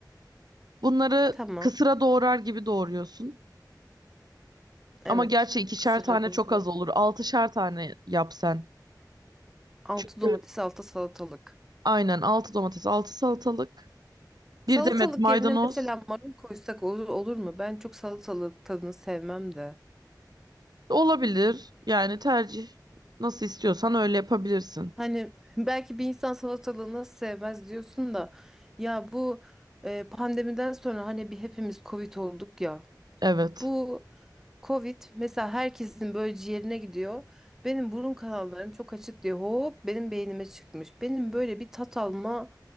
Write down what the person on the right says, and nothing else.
Bunları
kısıra doğrar gibi doğruyorsun.
Ama gerçi ikişer
tane
çok az olur. Altışar tane yap sen.
Çünkü
Aynen 6 domates, 6 salatalık,
bir demet maydanoz
olabilir. Yani tercih nasıl istiyorsan öyle yapabilirsin.
Evet.